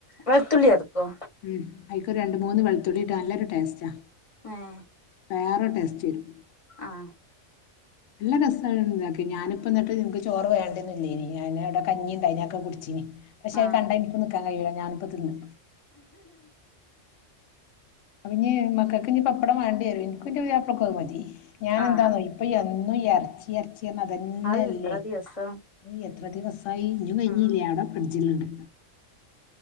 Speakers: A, on the left; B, on the left.
A: വെളുത്തുള്ളി ചതക്കോ
B: ഉം അയിക്ക് രണ്ട് മൂന്ന് വെളുത്തുള്ളിട്ട് നല്ലരു ടേസ്റ്റാ
A: ഏഹ്
B: വേറെ ടേസ്റ്റ് വരും
A: ആഹ്
B: നല്ല രസാണ് ഇണ്ടാക്കിയ ഞാനിപ്പ എന്നിട്ട് നിക്ക് ചോറ് വേണ്ട്ന്ന്ല്ലേയിനി ഞാനിവിടെ കഞ്ഞിണ്ടായിനി അതൊക്കെ കുടിച്ചീനി പക്ഷെ
A: ആഹ്
B: കണ്ടാ എനിക്ക് നിക്കാൻ കഴിയൂല ഞാനിപ്പ തിന്ന് അപ്പ ഇനി മക്കൾക്ക് ഇനി പപ്പടം വേണ്ടിയരും ഇന്ക്കും ഇന്ൻ്റെ പുതിയാപ്പിളക്കും അതു മതി ഞാന്
A: ആഹ് ആഹ്
B: എന്താന്നോ ഇപ്പൊ എന്നും ഈ ഏർച്ചി ഏർച്ചി ന്നെ ഇതെന്നെയല്ലേ
A: അത് എത്ര ദിവസം
B: <unintelligible> എത്ര ദിവസ് അതിനിയും കയിഞ്ഞില്ല
A: ഉം
B: ആടെ ഫ്രിഡ്ജിലുണ്ട്